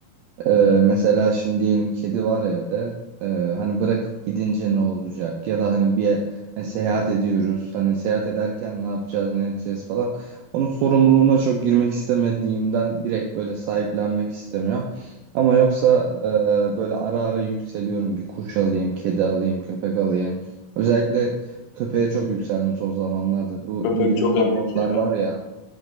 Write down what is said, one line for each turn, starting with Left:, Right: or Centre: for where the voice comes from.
Right: Ee, mesela şimdi diyelim kedi var evde. Ee, hani bırakıp gidince ne olacak? Ya da hani bir hani seyahat ediyoruz. Hani seyahat ederken ne yapacağız, ne edeceğiz falan. Onun sorumluluğuna çok girmek istemediğimden direkt böyle sahiplenmek istemiyorum. Ama yoksa e, böyle ara ara yükseliyorum. Bir kuş alayım, kedi alayım, köpek alayım. Özellikle köpeğe çok yükseldim son zamanlarda. Bu
Left: Köpek
Right: İngiliz
Left: çok emek
Right: bulldoglar
Left: ya.
Right: var ya.